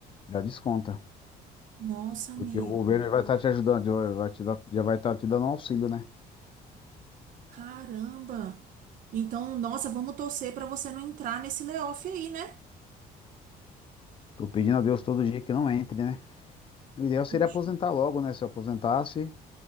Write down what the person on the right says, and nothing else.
Nossa, amigo.
Caramba. Então, nossa, vamos torcer para você não entrar nesse layoff aí, né?
Puxa.